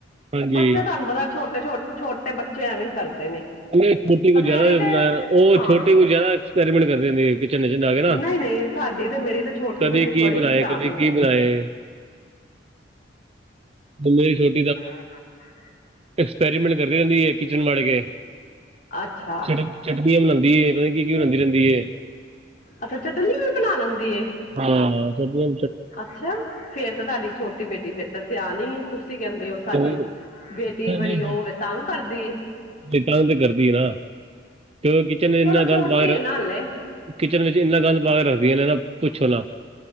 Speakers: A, on the right (about 35°); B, on the left (about 45°).
A: ਹਾਂਜੀ
B: ਬੱਚੇ ਤੁਹਾਨੂੰ ਪਤਾ ਛੋਟੇ ਛੋ ਛੋਟੇ ਬੱਚੇ ਐਵੇਂ ਕਰਦੇ ਨੇ
A: ਕਿਉਂਕਿ ਛੋਟੀ
B: ਪਰ
A: ਕੁਛ
B: ਮੇਰੀ
A: ਜ਼ਿਆਦਾ
B: ਤੇ
A: ਉਹ
B: ਹਾਂ
A: ਛੋਟੀ ਕੁਛ ਜਿਆਦਾ ਐਕਸਪੈਰੀਮੈਂਟ ਕਰਦੇ ਕਿਚਨ ਚ ਜਾ ਕੇ ਨਾ
B: ਨਹੀਂ ਨਹੀਂ ਸਾਡੀ ਤੇ ਮੇਰੀ ਤੇ ਛੋਟੀ
A: ਕਦੀ
B: ਬੇਟੀ
A: ਕੀ
B: ਬੜੀ
A: ਬਣਾਏ-ਕਦੀ
B: ਸਿਆਣੀ
A: ਕੀ
B: ਏ
A: ਬਣਾਏ ਅੱਗੇ ਛੋਟ
B: ਹਾਂ <unintelligible>
A: ਐਕਸਪੈਰੀਮੈਂਟ ਕਰ ਰਹੀ ਨਹੀਂ ਕਿਚਨ ਵੜ ਕੇ
B: ਅੱਛਾ।
A: ਚਟ ਚਟਨੀਆਂ ਬਣਾਂਦੀ ਏ। ਪਤਾ ਨਹੀਂ ਕੀ ਕੀ ਬਣਾਂਦੀ ਰਹਿੰਦੀ। ਏ।
B: ਅੱਛਾ, ਚਟਨੀ ਵੀ ਬਣਾ ਲੈਂਦੀ ਏ।
A: ਹਾਂ ਛੱਜੇ
B: ਅੱਛਾ, ਫਿਰ ਤਾਂ ਤੁਹਾਡੀ ਛੋਟੀ ਬੇਟੀ ਫਿਰ ਤਾਂ ਸਿਆਣੀ ਹੈ, ਤੁਸੀਂ ਕਹਿੰਦੇ ਹੋ ਸਾਡੀ!
A: ਹਾਂ
B: ਬੇਟੀ
A: ਨਹੀਂ
B: ਬੜੀ ਉਹਵੇ ਤਾਂਗ ਕਰਦੀ ਏ।
A: ਤੇ ਤੰਗ ਕਰਦੀ ਨਾ, ਕਿਉਂ ਕਿਚਨ ਇੰਨਾ
B: ਚਲੋ ਛੋਟੀ
A: ਗੰਦ ਪਾ
B: ਏ ਨਾ ਹਲੇ
A: ਕਿਚਨ ਵਿੱਚ ਇੰਨਾ ਗੰਦ ਪਾ ਕੇ ਰੱਖਦੀ ਹੈ ਨਾ ਪੁੱਛੋ ਨਾ।